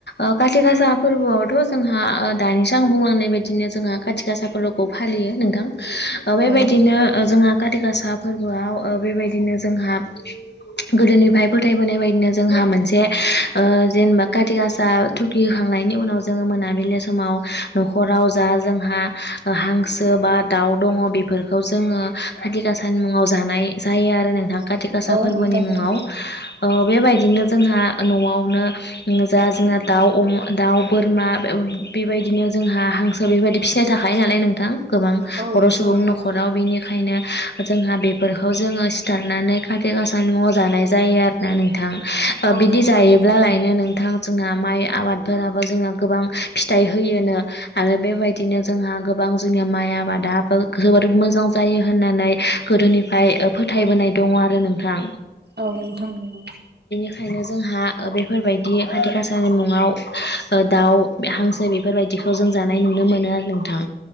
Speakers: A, on the left (about 70°); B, on the right (about 65°).
A: ओ काति गासा फोरबोआवथ' जोंहा दानिसो आं बुंलांनाय बायदिनो जोंहा खााथि गासा फोरबोखौ फालियो नोंथां। ओ बेबायदिनो
B: औ नोंथां
A: ओ जोंहा खाति गासा फोरबोआव ओ बेबायदिनो जोंहा गोदोनिफाय फोथायबोनाय बायदिनो जोंहा मोनसे ओ जेनेबा काति गासा थुखि होखांनायनि उनाव जोङो मोनाबिलि समाव न'खराव राव जा जोंहा हांसो बा दाउ दङ बेफोरखौ जोङो काति गाासानि मुं मुङाव जानाय जायो आरो नोंथां काति गासा
B: औ
A: फोरबोनि
B: नोंथां नंगौ
A: मुङाव औबेबायदिनो जोंहा न'आवनो जा जोंहा दाउ अमा दाउ बोरमा बेबायदिनो जोंहा हांसो बेबायदि फिसिनाय थाखायो नालाय नोंथां गोबां
B: औ
A: बर'
B: नोंथां
A: सुबुंनि
B: नंगौ
A: न'खराव बिनि ओंखायनो जोंहा बेफोरखौ जोङो सिथारनानै काति गासानि मुङाव जानाय जायो आरोना नोंथां। ओ
B: औ
A: बिदि
B: नोंथां
A: जायोब्ला
B: नंगौ
A: लायनो नोंथां जोंहा माइ आबादफोराबो जोंना गोबां फिथाइ होयोनो आरो बेबायदिनो जोंहा गोबां बां जोंनि माय आबादाबो मोजां जायो होननानै गोदोनिफ्राय फोथायबोनाय दं। दङ' आरो नोंथां।
B: औ नोंथां नंगौ
A: ओंखायनो जोंहा ओ बेफोरबायदि खाथि गासाानि मुङाव ओ दाउ हांसो बेफोरबायदि इखौ जों जानाय नुनो मोनो आरो नोंथां